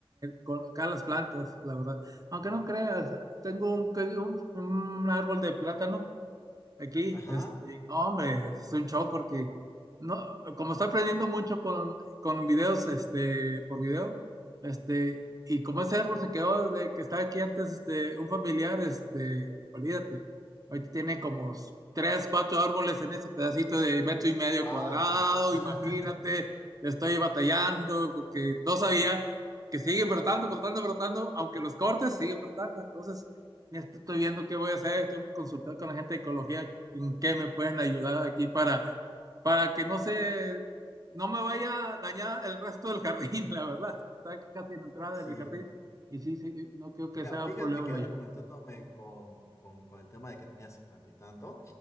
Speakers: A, on the right; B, on the left.
A: con acá las plantas, la verdad. Aunque no creas, tengo un, un, un árbol de plátano aquí,
B: Ajá.
A: este, no, hombre, es un show porque no, como estoy aprendiendo mucho con, con videos, este, por video, este, y como ese árbol se quedó desde que estaba aquí antes, este, un familiar, este, olvídate, ahorita tiene como s- tres, cuatro árboles en ese pedacito de metro y medio
B: Wow.
A: cuadrado,
B: <laughs>
A: imagínate, estoy batallando porque no sabía que siguen brotando, brotando, brotando, aunque los cortes siguen brotando, entonces. Estoy viendo qué voy a hacer, estoy consultando con la gente de ecología en qué me pueden ayudar aquí para, para que no se, no me vaya a dañar el resto del jardín, <laughs> la verdad. Está casi en la entrada
B: Sí.
A: del jardín y sí, sí, no creo que
B: Mira,
A: sea
B: fíjate
A: un problema
B: que
A: mayor.
B: ahora comentándome con, con- con el tema de que tenía cincuenta y tanto,